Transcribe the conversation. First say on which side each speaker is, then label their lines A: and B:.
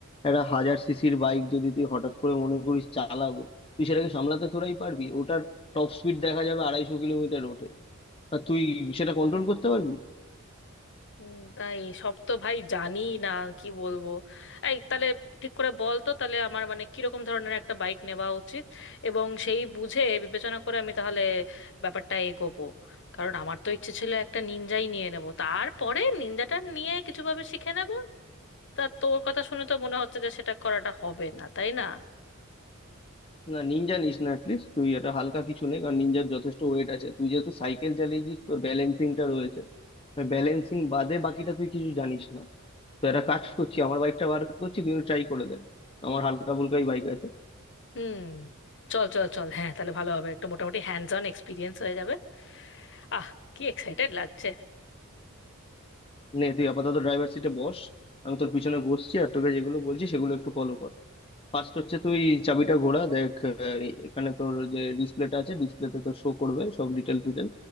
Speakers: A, on the left; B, on the left.
A: একটা হাজার সিসির বাইক যদি তুই হঠাৎ করে মনে করিস চালাবো তুই সেটাকে সামলাতে তোরাই পারবি ওটার টপ স্পিড দেখা যাবে আড়াইশো কিলোমিটার ওঠে আর তুই সেটা কন্ট্রোল করতে পারবি
B: উম, তাই সব তো ভাই জানি না কি বলবো এই তাহলে ঠিক করে বল তো তাহলে আমার মানে কিরকম ধরনের একটা বাইক নেওয়া উচিত এবং সেই বুঝে বিবেচনা করে আমি তাহলে ব্যাপারটা এগোবো কারণ আমার তো ইচ্ছে ছিল একটা নিনজাই নিয়ে নেব তারপরে নিনজাটা নিয়ে কিছুভাবে শিখে নেব তা তোর কথা শুনে তো মনে হচ্ছে যে সেটা করাটা হবে না তাই না
A: না নিনজা নিস না অ্যাটলিস্ট তুই এটা হালকা কিছু নেই কারণ নিনজার যথেষ্ট ওয়েট আছে তুই যেহেতু সাইকেল চালিয়েছিস তোর ব্যালেন্সিংটা রয়েছে ব্যালেন্সিং বাদে বাকিটা তুই কিছু জানিস না তো একটা কাজ করছি আমার বাইকটা বার করছি তুই ট্রাই করে দে আমার হালকা ফুলকাই বাইক আছে
B: হুম চল চল চল হ্যাঁ তাহলে ভালো হবে একটু মোটামুটি হ্যান্ডস অন এক্সপিরিয়েন্স হয়ে যাবে আহ কি এক্সাইটেড লাগছে
A: নে তুই আপাতত ড্রাইভার সিটে বস আমি তোর পিছনে বসছি আর তোকে যেগুলো বলছি সেগুলো একটু ফলো কর ফার্স্ট হচ্ছে তুই চাবিটা ঘোরা দেখ আহ, এ- এখানে তোর যে ডিসপ্লেটা আছে ডিসপ্লেতে তোর শো করবে সব ডিটেল ফিটেল